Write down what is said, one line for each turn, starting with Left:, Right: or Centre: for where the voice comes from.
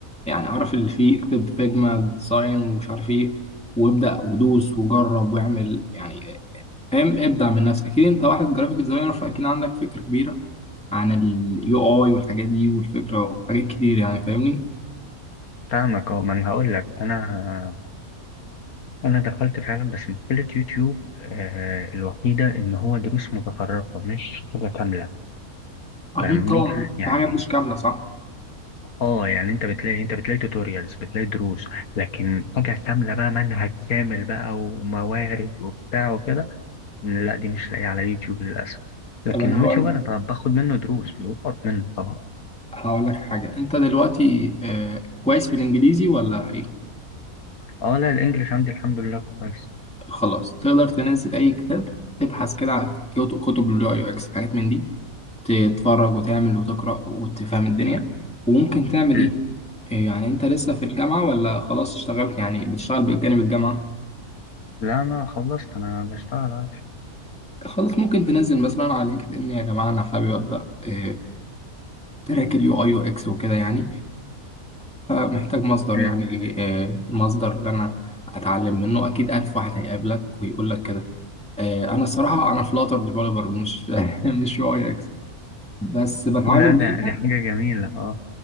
Centre: يعني اعرف اللي فيه اكتب فيجما ديزاين ومش عارف ايه وابدا ودوس وجرب واعمل يعني فاهم ابدع من نفسك اكيد انت واحد جرافيك ديزاينر فاكيد عندك فكرة كبيرة عن اليو اي والحاجات دي والفكره وحاجات كتير يعني فاهمني
Left: فاهمك اه ما انا هقول لك انا انا دخلت فعلا بس مشكله يوتيوب آه الوحيده ان هو دروس متفرقه مش حاجه كامله
Centre: اكيد
Left: فاهمني
Centre: طبعا
Left: يعني
Centre: في حاجات مش كامله صح
Left: اه يعني انت بتلاقي انت بتلاقي توتوريالز بتلاقي دروس لكن حاجة كاملة بقى منهج كامل بقى وموارد وبتاع وكده لا دي مش لاقيها على يوتيوب للأسف لكن
Centre: طب انا
Left: يوتيوب
Centre: هقول
Left: انا ب- باخد منه دروس بقف منه طبعا
Centre: هقول لك حاجه انت دلوقتي آه كويس في الانجليزي ولا ايه
Left: اه لا الانجليش عندي الحمد لله كويس
Centre: خلاص تقدر تنزل اي كتاب تبحث كده على كتب كتب اليو اي اكس حاجات من دي تتفرج وتعمل وتقرا وتفهم الدنيا وممكن تعمل
Left: مم.
Centre: ايه آه، يعني انت لسه في الجامعه ولا خلاص اشتغلت يعني بتشتغل بجانب الجامعه
Left: لا انا خلصت انا بشتغل عادي
Centre: خلاص ممكن تنزل مثلا على لينكد ان يا جماعه انا حابب ابدا آه، تراك اليو اي يو اكس وكده يعني فمحتاج مصدر
Left: مم.
Centre: يعني ل- آه، المصدر اللي انا اتعلم منه اكيد الف واحد هيقابلك ويقول لك كده آه، انا الصراحه انا فلاتر ديفلوبر مش <laughs> مش يو اي اكس بس بتعامل
Left: لا ده
Centre: دايما
Left: دي حاجة جميلة اه